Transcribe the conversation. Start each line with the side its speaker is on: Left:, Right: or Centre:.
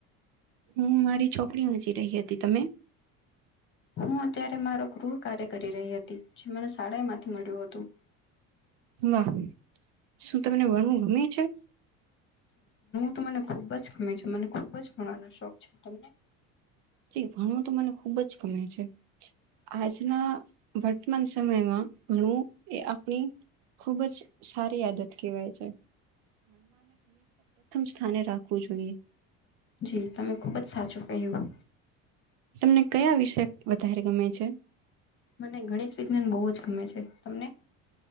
Right: હું મારી છોપરી વાંચી રહી હતી તમે
Left: હું અત્યારે માક રુ કાર્ય કરી રહી હતી જે મને શાળા માંથી મળ્યું હતું
Right: વાહો શું તમને વણવું ગમે છે
Left: તોને ખુબ જ ગમેી છે મને ખુબ જ ઘણાનો શોખ છે તમને
Right: ી ભણું તો મને ખુબ જ ગમે છે આજના વટ માનસમ એમાં ઘણું એ આપણી ખુબ જ સારી આદત કહેવાય જ સ્થાને રાખવું જોઈએ
Left: જી તમે ખૂબ જ સાચું કહ્યું
Right: તમને કયા વિષય વધારે ગમે છે
Left: મને ગણિત વિજ્ઞાન બહુ જ ગમે છે તમને